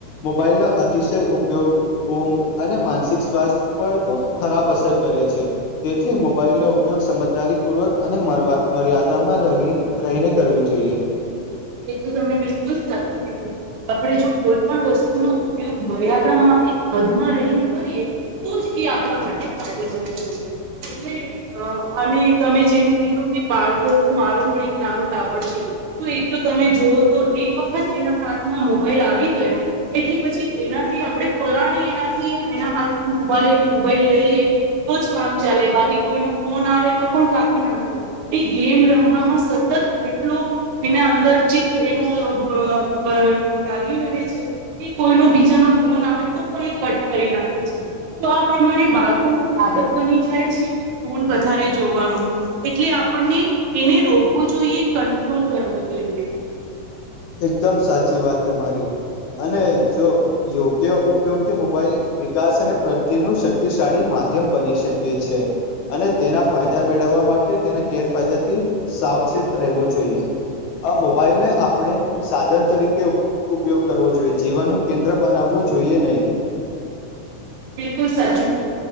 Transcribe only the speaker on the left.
મોબાઈલનો અતિશય ઉપયોગ ઊંઘ અને માનસિક સ્વાસ્થ્ય પર પણ ખરાબ અસર કરે છે તેથી મોબાઈલ નો ઉપયોગ સમજદારીપૂર્વક અને મર્યાદામાં ર રહીને કરવી જોઈએ
એકદમ સાચી વાત તમારી અને જો યોગ્ય ઉપયોગથી મોબાઈલ વિકાસ અને પ્રગતિનું શક્તિશાળી માધ્યમ બની શકે છે અને તેના ફાયદા મેળવવા માટે તેના ગેરફાયદાથી સાવચેત રહેવું જોઈએ આ મોબાઈલ ને આપણે સાધન તરીકે ઉપયોગ કરવો જોઈએ જીવનનું કેન્દ્ર બનાવવું જોઈએ નહીં